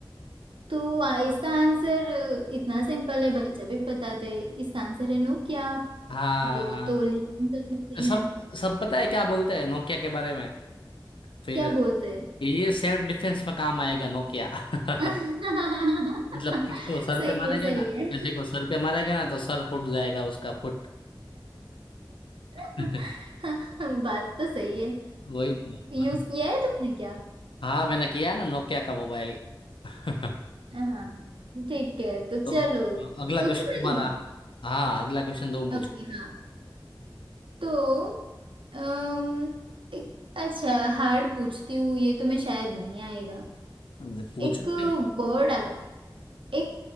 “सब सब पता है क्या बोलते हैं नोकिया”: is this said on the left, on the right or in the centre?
Left